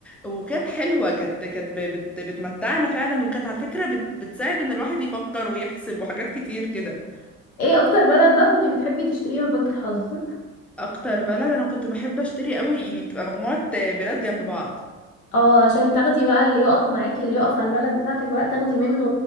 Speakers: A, in the centre; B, on the left.
A: وكانت حلوه كانت كانت ب- بت... بتمتعنا فعلا وكانت على فكره بت... بتساعد ان الواحد يفكر ويحسب وحاجات كتير كده
B: ايه أكتر بلد بقى كنت بتحبي تشتريها في بنك الحظ
A: اكتر بلد انا كنت بحب اشتري قوي يعني تبقى مجموعة بلاد جنب بعض
B: اه عشان تاخدي بقى اللي يقف معاكي اللي يقف على البلد بتاعتك بقى تاخدي منه